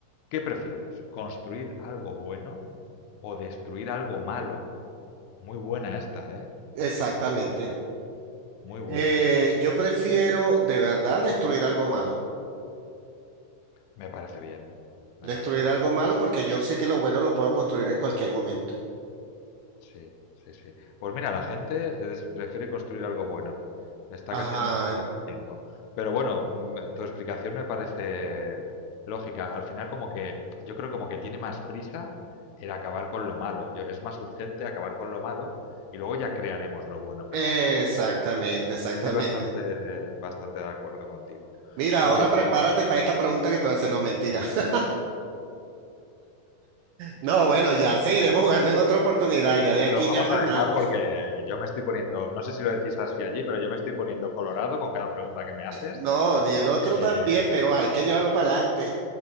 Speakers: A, on the left; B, on the right.
A: ¿qué prefieres? ¿Construir algo bueno o destruir algo malo? Muy buena esta, ¿eh?
B: Exactamente.
A: Muy buena, muy buena.
B: Eh, yo prefiero de verdad destruir algo malo,
A: Me parece bien, me
B: destruir
A: parece bien.
B: algo malo porque yo sé que lo bueno lo puedo construir en cualquier momento.
A: Sí, sí, sí. Pues mira, la gente es- prefiere construir algo bueno. Está
B: Ajá,
A: casi en un 60%. Pero bueno, mm, tu explicación me parece lógica. Al final, como que yo creo como que tiene más prisa el acabar con lo malo. Yo, es más urgente acabar con lo malo y luego ya crearemos lo bueno. Pero
B: exactamente,
A: estoy,
B: exactamente.
A: estoy bastante, bastante de acuerdo contigo.
B: Mira, ahora
A: Oye,
B: prepárate para esta pregunta que te voy a hacer, no mentira. <laughs> No, bueno, ya seguiremos jugando en otra oportunidad, ya de
A: lo
B: aquí
A: vamos
B: ya más
A: a
B: nada.
A: dejar porque yo me estoy poniendo, no sé si lo decís así allí, pero yo me estoy poniendo colorado con cada pregunta que me haces.
B: No, y el otro
A: Eh,
B: también, pero hay que llevarlo para adelante.